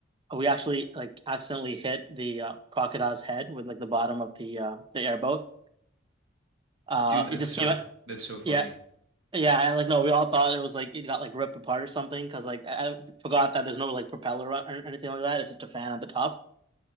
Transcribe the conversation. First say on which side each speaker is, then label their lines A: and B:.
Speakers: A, on the right; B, on the right.
A: we actually like accidentally hit the uh, crocodile's head with like the bottom of the uh, the airboat. Uh,
B: Dude, that's
A: it just
B: so
A: came out.
B: c- that's so funny.
A: Yeah, yeah, and like no, we all thought it was like it got like ripped apart or something because like I, I forgot that there's no like propeller or, or anything like that. It's just a fan at the top.